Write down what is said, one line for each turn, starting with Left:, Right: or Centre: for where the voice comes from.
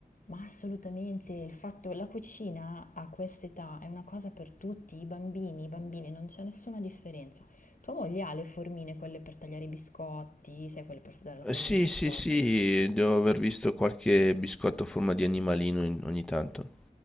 Left: Ma assolutamente, il fatto, che la cucina a quest'età è una cosa per tutti, i bambini, i bambini, non c'è nessuna differenza. Tua moglie ha le formine, quelle per tagliare i biscotti, sai, quelle per dare la
Centre: Eh,
Left: formina
Centre: Sì,
Left: ai biscotti.
Centre: sì, sì, devo aver visto qualche biscotto a forma di animalino in- ogni tanto.